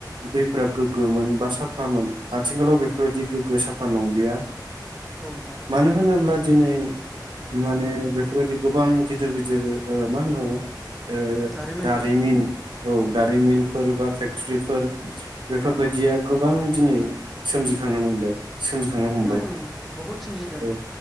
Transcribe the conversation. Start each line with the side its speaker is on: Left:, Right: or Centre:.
Right: दैफोरा गोग्गोमोन बा साफामोन आथिखालाव बेफोरबायदि गोग्गो साफा फोर नंलिया
Centre: औ नोंथां
Right: मानो होनोब्ला दिनै माने बेफोरबायदि गोबां गिदिर गिदिर ओ मा होनो ओ
Centre: दारिमिनफोर
Right: दारिमिन औ दारिमिनफोर बा पेक्ट ट्रिफोर बेफोरबायदिया
Centre: ओं ओं
Right: गोबां दिनै सोमजिखांनो मोनबाय सोमजिखांनो हमबाय
Centre: ओम बहुद सोमजिदों
Right: औ